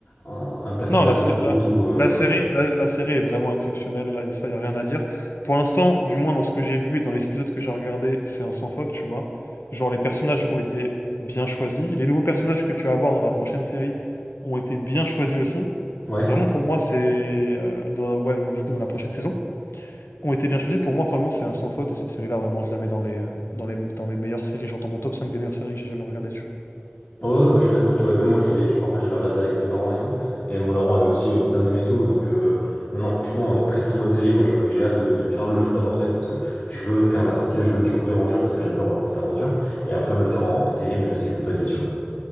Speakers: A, on the left; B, on the left.
A: un, un personnage
B: Non, la,
A: de
B: sé-
A: fou
B: la,
A: et tout euh.
B: la série, la, la série est vraiment exceptionnelle. Là, ça, y a rien à dire. Pour l'instant, du moins dans ce que j'ai vu et dans les épisodes que j'ai regardés, c'est un sans faute, tu vois. Genre les personnages ont été bien choisis. Les nouveaux personnages que tu vas avoir dans la prochaine série ont été bien choisis aussi.
A: Ouais.
B: Vraiment, pour moi, c'est euh, dans- ouais, donc, du coup dans la prochaine saison. ont été bien choisis. Pour moi, franchement, c'est un sans faute. Et cette série-là, vraiment, je la mets dans les, euh, dans les, dans les meilleures séries. Genre dans mon top 5 des meilleures séries que j'ai jamais regardées, tu
A: Ouais, ouais, bah je suis d'accord, tu vois même moi je l'ai je me rappelle j'avais regardé avec mes parents et tout et mon daron avait aussi euh, bien aimé et tout donc euh, non non franchement euh, très très bonne série moi je- j'ai hâte de, de faire le jeu d'abord quand même parce que je veux faire la partie 2 je veux le découvrir en jeu parce que j'adore euh, cette aventure et après me le faire en, en série mais je sais que je veux pas être déçu ouais.